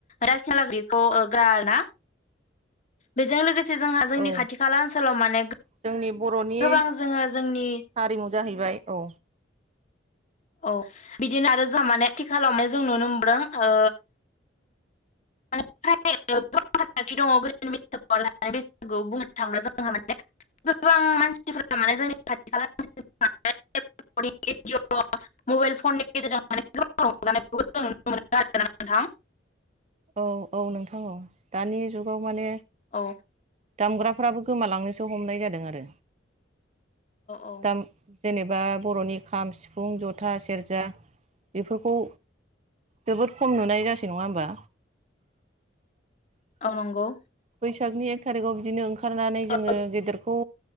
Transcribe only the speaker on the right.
औ
जोंनि बर'नि
हारिमु जाहैबाय औ
औ औ नोंथां औ दानि जुगाव माने
दामग्रा फोराबो गोमालांनोसो हमनाय जादों आरो।
दाम जेनेबा बर'नि खाम सिफुं जथा सेरजा बेफोरखौ जोबोद खम नुनाय जासै नङा होमबा
बैसागनि एक थारिखाव बिदिनो ओंखारनानै जोङो
गेदेरखौ